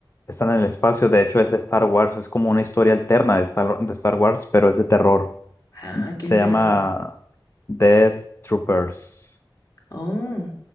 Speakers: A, on the left; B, on the left.
A: Está en el espacio, de hecho es de Star Wars, es como una historia alterna de Star, de Star Wars, pero es de terror.
B: Ah, qué
A: Se
B: interesante.
A: llama Death Troopers.
B: Oh,